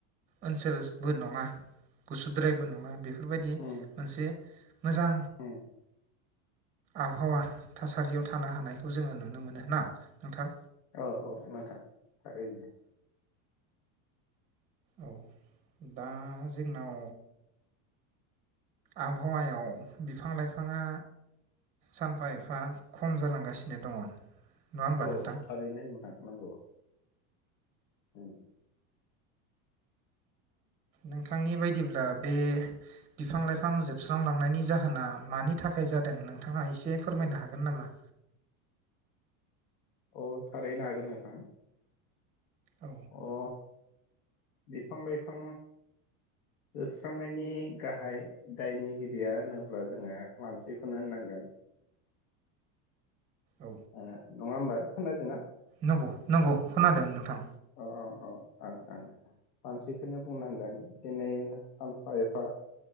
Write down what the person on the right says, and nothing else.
ओनसोलबो नङा गुसुद्रायबो नङा बे बेफोरबायदि
मोनसे मोजां
आबहावा थासारियाव थानो हानायखौ जोङो नुनो मोनो ना नोंथां
औ दा जोंनाव आबहावायाव बिफां लाइफाङा सानफा एफा खम जालांगासिनो दङ नङा होमबा
नोंथां
नोंथांनि बायदिब्ला बे बिफां लाइफां जोबस्रांलांनायनि जाहोना मानि थाखाय जादों नोंथाङा एसे फोरमायनो हागोन नामा?
औ
औ
नंगौ नंगौ खोनादों नोंथां।